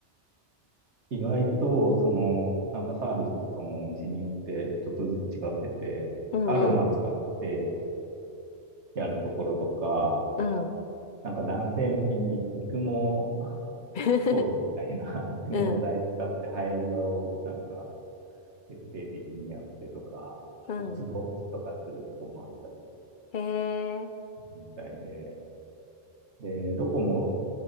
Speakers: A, on the right; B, on the left.
A: 意外と、その、なんかサービスとかもお店によってちょっとずつ違ってて、
B: うんうん。
A: アロマ使ってやるところとか、
B: うん。
A: なんか男性向けに育毛
B: <laughs>
A: コースみたいな <laughs> 育毛剤使って生え際をなんか
B: うん。
A: 徹底的にやってとか、あとツボ押しとかするとこもあったり
B: うん。へえ。
A: みたいで、で、どこも